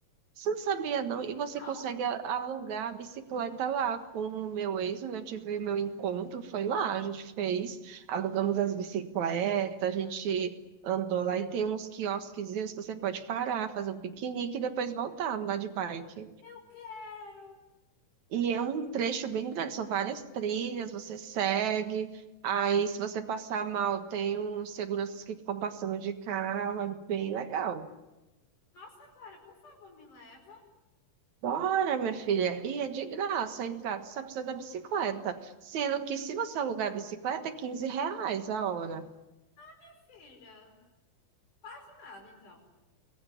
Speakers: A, on the right; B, on the left.
A: Você não sabia, não? E você
B: Não,
A: consegue a- alugar a bicicleta lá com o meu ex, eu tive meu encontro, foi lá, a gente fez, alugamos as bicicletas, a gente andou lá e tem uns quiosquezinhos que você pode parar, fazer um piquenique e depois voltar, andar de bike.
B: eu quero.
A: E é um trecho bem grande, são várias trilhas, você segue, aí se você passar mal, tem uns seguranças que ficam passando de carro, é bem legal.
B: Nossa, Clara, por favor, me leva.
A: Bora, minha filha. E é de graça a entrada, só precisa da bicicleta. Sendo que se você alugar a bicicleta, é 15 reais a hora.
B: Minha filha, quase nada então.